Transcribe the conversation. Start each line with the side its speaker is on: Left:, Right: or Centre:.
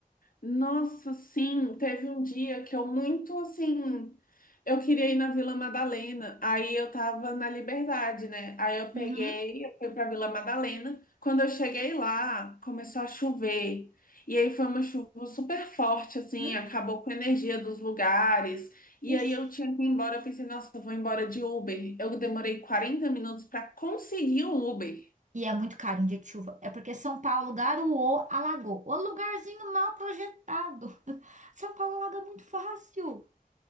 Left: Nossa, sim, teve um dia que eu muito assim, eu queria ir na Vila Madalena, aí eu tava na Liberdade, né? Aí eu peguei,
Right: Uhum.
Left: eu fui pra Vila Madalena. Quando eu cheguei lá, começou a chover. E aí foi uma chuva super forte, assim,
Right: Hum,
Left: acabou com a energia dos lugares. E
Right: ixi.
Left: aí eu tinha que ir embora, eu pensei, nossa, eu vou embora de Uber. Eu demorei 40 minutos para conseguir um Uber.
Right: E é muito caro em dia de chuva. É porque São Paulo garoou, alagou. O lugarzinho mal projetado. <laughs> São Paulo alaga muito fácil.